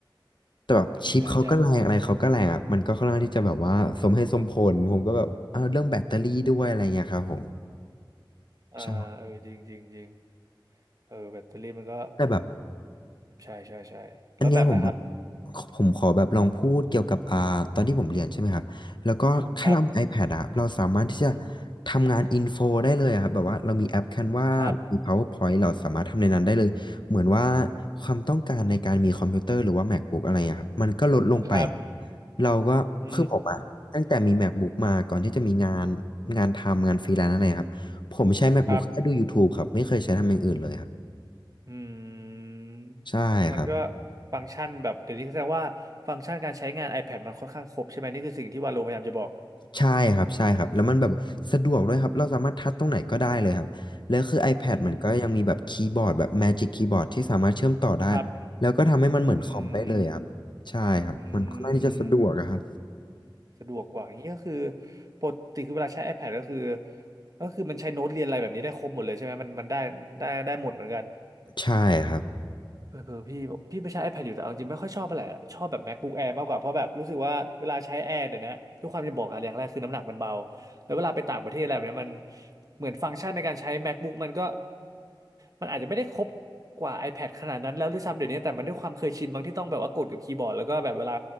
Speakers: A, on the left (about 60°); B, on the right (about 45°).
A: แต่แบบชิปเขาก็แรงอะไรเขาก็แรงอ่ะมันก็ค่อนข้างที่จะแบบว่าสมเหตุสมผลผมก็แบบเอาเรื่องแบตเตอรี่ด้วยอะไรเงี้ยครับผม
B: ใหญ่ใหญ่อ่าเออจริงจริงจริง
A: ใช่
B: เออแบตเตอรี่มันก็
A: แต่แบบ
B: ใช่ใช่ใช่แล้วแบบล่ะครับ
A: อันเนี้ยผมแบบผมขอแบบลองพูดเกี่ยวกับอ่าตอนที่ผมเรียนใช่ไหมครับแล้วก็แค่เรามี
B: ครับ
A: iPad อะเราสามารถที่จะทำงานอินโฟได้เลยอะครับแบบว่าเรามีแอป Canva
B: ครับ
A: มี PowerPoint เราสามารถทำในนั้นได้เลยเหมือนว่าความต้องการในการมีคอมพิวเตอร์หรือว่า MacBook อะไรอะครับมันก็ลดลงไป
B: ครับ
A: เราก็คือผมอะตั้งแต่มี
B: อืม
A: MacBook มาก่อนที่จะมีงานงานทำงานฟรีแลนซ์อะไรอะครับผมใช้ MacBook
B: ครับ
A: แค่ดู YouTube ครับไม่เคยใช้ทำอย่างอื่นเลยครับ
B: อืม
A: ใช่ครับ
B: มันก็ฟังก์ชันแบบเดี๋ยวนี้แสดงว่าฟังก์ชันการใช้งาน iPad มันค่อนข้างครบใช่ไหมนี่คือสิ่งที่วาโลพยายามจะบอก
A: ใช่ครับใช่ครับแล้วมันแบบสะดวกด้วยครับเราสามารถทัชตรงไหนก็ได้เลยครับแล้วคือ iPad
B: อืม
A: มันก็ยังมีแบบคีย์บอร์ดแบบ Magic Keyboard ที่สามารถเชื่อมต่อได้
B: ครับ
A: แล้วก็ทำให้มันเหมือนคอมได้เลยครับใช่ครับมันค่อนข้างที่จะสะดวกอะครับ
B: อืมอืมสะดวกกว่าอย่างนี้ก็คือปกติคือเวลาใช้ iPad ก็คือก็คือมันใช้โน้ตเรียนอะไรแบบนี้ได้ครบหมดเลยใช่ไหมมันมันได้ได้ได้หมดเหมือนกัน
A: ใช่ครับ
B: เออเออพี่บอกพี่ไม่ใช้ iPad อยู่แต่เอาจริงไม่ค่อยชอบอะไหรอะชอบแบบ MacBook Air มากกว่าเพราะแบบรู้สึกว่าเวลาใช้ Air เดี๋ยวนี้ทุกความจะบอกอะไรอย่างแรกคือน้ำหนักมันเบาแล้วเวลาไปต่างประเทศอะไรแบบเนี้ยมันเหมือนฟังก์ชันในการใช้ MacBook มันก็มันอาจจะไม่ได้ครบกว่า iPad ขนาดนั้นแล้วด้วยซ้ำเดี๋ยวนี้แต่มันด้วยความเคยชินบางที่ต้องแบบว่ากดกับคีย์บอร์ดแล้วก็แบบเวลา